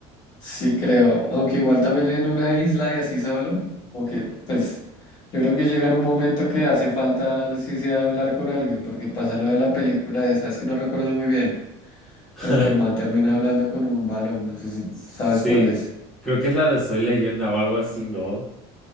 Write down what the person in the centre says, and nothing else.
<laughs>
Sí,
creo que es la de Soy Leyenda o algo así, ¿no?